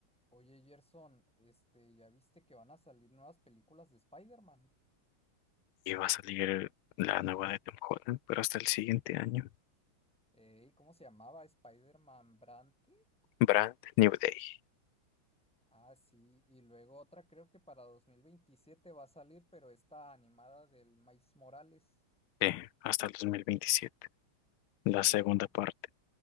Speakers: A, in the centre; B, on the left.
A: Oye, Gerson, este, ¿ya viste que van a salir nuevas películas de Spider-Man?
B: y va a salir la nueva de Tom Holland, pero hasta el siguiente año.
A: Ey, ¿cómo se llamaba? ¿Spider-Man Brand qué?
B: Brand New Day,
A: Ah, sí, y luego otra creo que para 2027 va a salir, pero está animada del Miles Morales.
B: eh, hasta el 2027,
A: Ey,
B: la segunda parte.